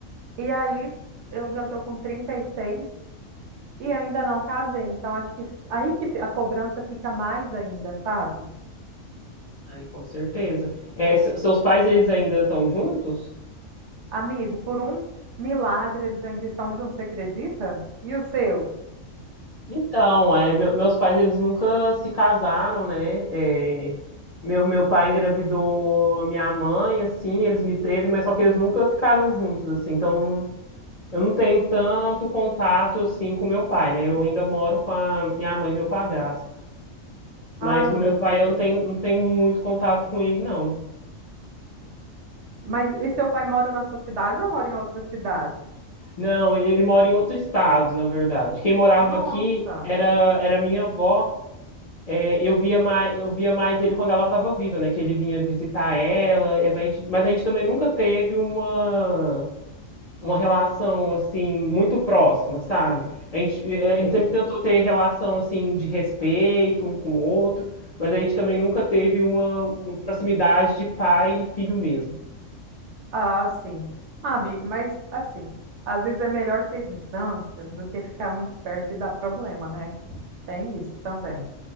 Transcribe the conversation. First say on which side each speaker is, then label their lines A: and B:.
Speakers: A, on the right; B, on the left.
A: E aí eu já tô com 36 e seis e ainda não casei. Então acho que aí que a cobrança fica mais ainda, sabe?
B: Aí, com certeza. Eh, se- seus pais eles ainda estão juntos?
A: Amigo, por um milagre eles ainda estão juntos, você acredita? E os seus?
B: Então, é, meu- meus pais eles nunca se casaram, né? É, meu, meu pai engravidou a minha mãe, assim, eles me teve, mas só que eles nunca ficaram juntos, assim. Então, eu não tenho tanto contato assim com meu pai, né? Eu ainda moro com a minha mãe e meu padrasto. Mas
A: Ah,
B: do
A: meu
B: meu pai
A: Deus.
B: eu não tenho, não tenho muito contato com ele, não.
A: Mas e seu pai mora na sua cidade ou mora em outra cidade?
B: Não, ele mora em outro estado, na verdade. Quem morava
A: Nossa,
B: aqui era, era minha avó. É, eu via mais, eu via mais ele quando ela estava viva, né? Que ele vinha visitar ela, e a gente- mas a gente também nunca teve uma, uma relação assim muito próxima, sabe? A gente, a
A: sei.
B: gente sempre tentou ter relação assim de respeito um com o outro, mas a gente também nunca teve uma, uma proximidade de pai e filho mesmo.
A: Ah, sim. Ah, amigo, mas assim, às vezes é melhor ter distância do que ficar muito perto e dar problema, né? Tem isso também.